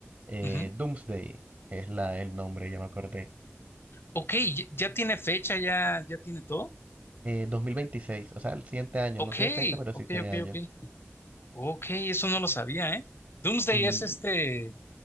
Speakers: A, on the right; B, on the left.
A: eh,
B: ujú.
A: Doomsday es la, el nombre, ya me acordé.
B: Ok, ya ya tiene fecha, ya, ya tiene todo.
A: Eh, 2026, o sea, el siguiente año,
B: Ok,
A: no tiene fecha, pero
B: ok,
A: sí tiene
B: ok,
A: años.
B: ok. Ok, eso no lo sabía, ¿eh? Doomsday
A: Y
B: es este,